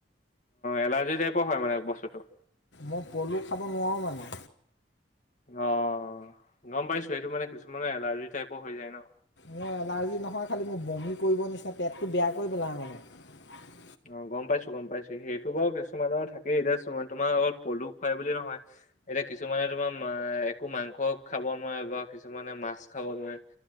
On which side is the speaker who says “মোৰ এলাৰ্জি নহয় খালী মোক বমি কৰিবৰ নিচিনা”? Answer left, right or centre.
Left